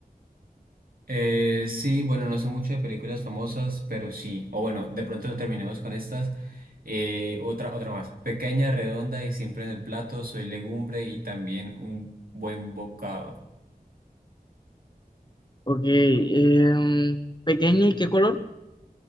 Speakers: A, on the right (about 65°); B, on the left (about 30°).
A: Eh, sí, bueno, no sé mucho de películas famosas, pero sí. O bueno, de pronto terminemos con estas. Eh, otra, otra más. Pequeña, redonda y siempre en el plato. Soy legumbre y también un buen bocado.
B: Ok, em, pequeña y qué color?